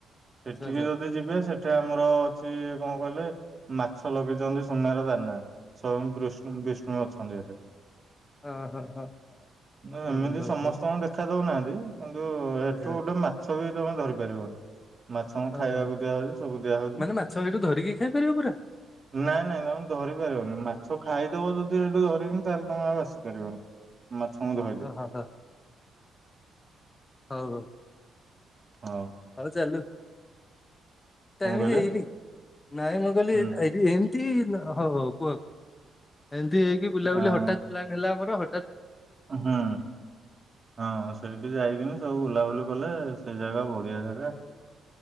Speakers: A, on the right; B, on the left.
A: ସେଠିକି
B: ଆଚ୍ଛା ଆଚ୍ଛା
A: ଯଦି ଯିବେ ସେଠି ଆମର ଅଛି କଣ କହିଲେ ମାଛ ଲଗେଇଚନ୍ତି ସୁନାର ଦାନା ସୋୟେଙ୍ଗ୍ ବିଷ୍ଣୁ ବିଷ୍ଣୁ ଅଛନ୍ତି ହେଠେ।
B: ହଁ ହଁ ହଁ।
A: ଯେ
B: ଭଲ
A: ଏମିତି ସମସ୍ତଙ୍କୁ
B: ହଉ।
A: ଦେଖା ଦଉନାହାନ୍ତି। କିନ୍ତୁ ହେଠୁ
B: ଆଚ୍ଛା
A: ଗୋଟେ ମାଛ ବି ତମେ ଧରି ପାରିବନି। ମାଛଙ୍କୁ
B: ଓହୋ
A: ଖାଇବାକୁ ଦିଆ ହଉଚି ସବୁ ଦିଆ ହଉଚି।
B: ମାନେ ମାଛ ସେଇଠୁ ଧରିକି ଖାଇପାରିବ ପୁରା
A: ନାଇଁ ନାଇଁ ତମେ ଧରି ପାରିବନି ମା ଛ ଖାଇଦବ ଯଦି ହେଠୁ ଧରିକିନି ତାହେଲେ ତମେ ଆଉ ଆସିପାରିବନି। ମାଛ ଙ୍କୁ ଧଇଲେ
B: ହଁ ହଁ ହଁ ହଉ ହଉ
A: ହଉ
B: ହଉ ଚାଲୁ। ଟାଇମ୍
A: କଣ କହିଲେ
B: ହେଇନି ନାଇଁ ମୁଁ କହିଲି
A: ହୁଁ
B: ଏଇଠି ଏମ ତି ହଉ ହଉ କୁହ ଏମିତି ହେଇକି ବୁଲାବୁଲି
A: ଆଁ
B: ହଠାତ ପ୍ଲାନ୍ ହେଲା ଆମର ହ
A: ହୁଁ ହଁ ସେଇଠି ଯାଇକିନି ସବୁ ବୁଲାବୁଲି କଲେ ସେ ଜାଗା ବଢିଆ ଜାଗା